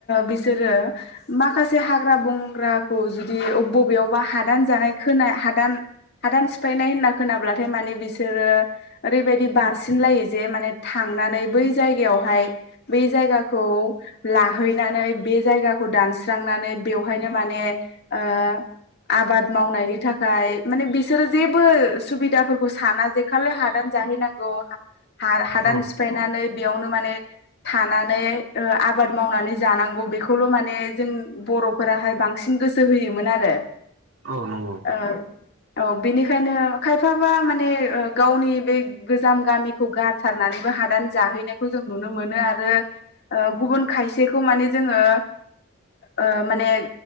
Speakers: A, on the left; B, on the right.
A: बिसोरो माखासे हाग्रा बंग्राखौ जुदि बबेयावबा हा दान जानाय खोनाय हादान हादान सिफायनाय होना खोनाब्लाथाय माने बिसोरो ओरैबायदि बारसिनलायो जे माने थांनानै बै जायगायाव हाय बै जायगाखौ लाहैनानै बे जायगाखौ दानस्रांनानै बेवहाय नो माने ओ आबाद मावनायनि थाखाय माने बिसोर जेबो सुबिदाफोरखौ साना जे खालि हादान जाहैनांगौ हादान
B: औ
A: सिफायनानै बेयावनो माने थानानै आबाद मावनानै जानांगौ बेखौल' माने जों बर'फोराहाय बांसिन गोसो होयोमोन आरो
B: औ नंगौ
A: ओ औ बेनिखायनो खायफाबा माने ओ गावनि बे गोजाम गामिखौ गारथारनानैबो हादान जाहैनायखौ जों नुनो मोनो आरो गुबुन खायसेखौ माने जोङो ओ माने